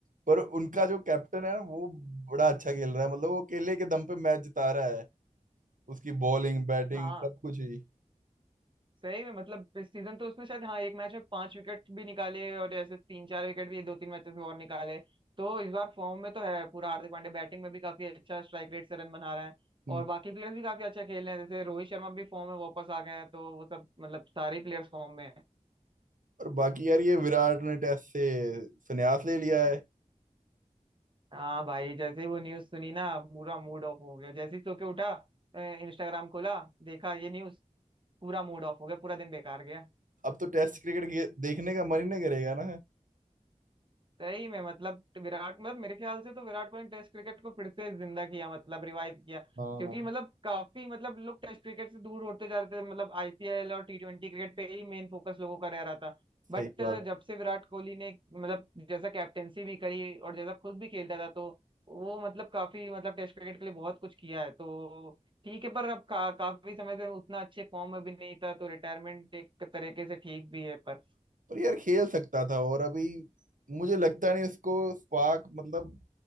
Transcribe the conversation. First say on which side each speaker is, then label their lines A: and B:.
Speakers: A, on the right; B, on the right.
A: पर उनका जो कैप्टन है ना वो बड़ा अच्छा खेल रहा है मतलब वो अकेले के दम पे मैच जिता रहा है उसकी बॉलिंग बैटिंग
B: हाँ
A: सब कुछ ही
B: सही में मतलब इस सीजन तो उसने शायद हाँ एक मैच में पांच विकेट भी निकाले और ऐसे तीन चार विकेट भी दो तीन मैचेस में और निकाले तो इस बार फॉर्म में तो है पूरा हार्दिक पांड्या बैटिंग में भी काफी अच्छा स्ट्राइक रेट से रन बना रहा है
A: हम्म,
B: और बाकी प्लेयर्स भी काफी अच्छा खेल रहे हैं जैसे रोहित शर्मा भी फॉर्म में वापस आ गए हैं तो वो सब मतलब सारे प्लेयर्स फॉर्म में है
A: और बाकी यार ये विराट ने टेस्ट से संन्यास ले लिया है
B: हाँ भाई जैसे ही वो न्यूज सुनी ना पूरा मूड ऑफ हो गया जैसे ही सो के उठा इंस्टाग्राम खोला देखा ये न्यूज पूरा मूड ऑफ हो गया पूरा दिन बेकार गया
A: अब तो टेस्ट क्रिकेट देखने का मन ही नहीं करेगा ना
B: सही में मतलब विराट मतलब मेरे ख्याल से तो विराट कोहली ने टेस्ट क्रिकेट को फिर से जिंदा किया मतलब रिवाइव किया
A: हाँ
B: क्योंकि मतलब काफी मतलब लोग टेस्ट क्रिकेट से दूर होते जा रहे थे मतलब आईपीएल और टी ट्वेंटी क्रिकेट पे ही मेन फोकस लोगों का रह रहा था बट
A: सही बात
B: जब से विराट कोहली ने मतलब जैसा कैप्टेंसी भी करी और जैसा खुद भी खेलता था तो वो मतलब काफी मतलब टेस्ट क्रिकेट के लिए बहुत कुछ किया है तो ठीक है पर अब का, काफी समय से उतना अच्छे फॉर्म में भी नहीं था तो रिटायरमेंट एक तरीके से ठीक भी है पर
A: पर यार खेल सकता था और अभी मुझे लगता नहीं उसको स्पार्क मतलब